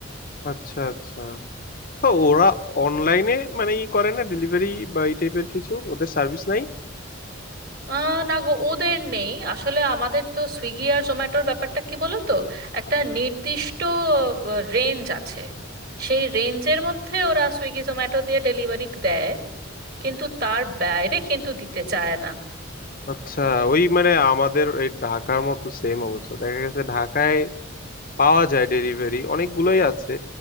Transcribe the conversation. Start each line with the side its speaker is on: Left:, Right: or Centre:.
Left: আচ্ছা আচ্ছা তো ওরা অনলাইনে মানে ই করে না ডেলিভারি বা এই টাইপের কিছু ওদের সার্ভিস নাই
Right: আহ না গো ওদের নেই আসলে আমাদের তো সুইগি আর জোম্যাটোর ব্যাপারটা কি বলো তো একটা নির্দিষ্ট রেঞ্জ আছে সেই রেঞ্জের মধ্যে ওরা সুইগি জোম্যাটো দিয়ে ডেলিভারি দেয় কিন্তু তার বাইরে কিন্তু দিতে চায় না
Left: আচ্ছা ওই মানে আমাদের এই ঢাকার মতো সেম অবস্থা দেখা গেছে ঢাকায় পাওয়া যায় ডেলিভারি অনেকগুলোই আছে